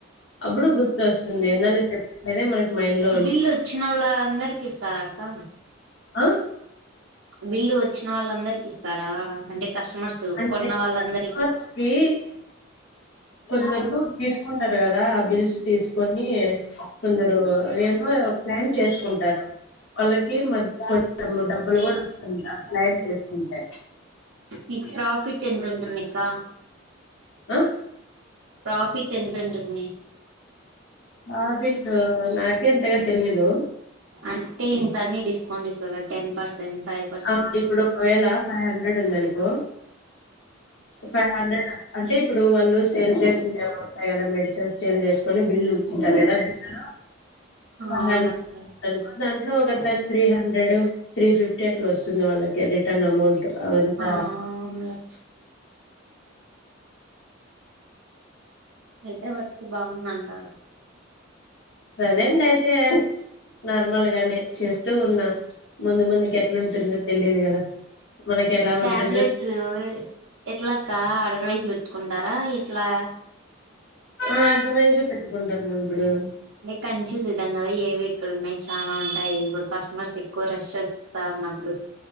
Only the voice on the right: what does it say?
బిల్లు వచ్చిన వాళ్ళ అందరికి ఇస్తారా అక్క
బిల్లు వచ్చిన వాళ్ళ అందరికి ఇస్తారా అంటే కస్టమర్స్
కొన్న
వాళ్ళందరికి
మీక్ ప్రాఫిట్ ఎంత ఉంటందిక్క
ప్రాఫిట్ ఎంతుంటుంది
అంటే ఇంతనే డిస్కౌంట్ ఇస్తార టెన్ పర్సెంట్ ఫైవ్ పర్సెంట్
అవునక్క
ఆ అవునులే అయితే వరకు బాగుందంటారు
ట్యాబ్లెట్స్
ఎట్లాకా ఆర్డరవైస్ పెట్కుంట ంటారా ఎట్లా
అంటే కన్ఫ్యూజ్ అవుతాం కదా ఏవి ఇక్కడ ఉన్నాయి చాలా ఉంటాయి ఇప్పుడు కస్టమర్స్ ఎక్కువ రెష్ వస్తా ఉన్నప్పుడు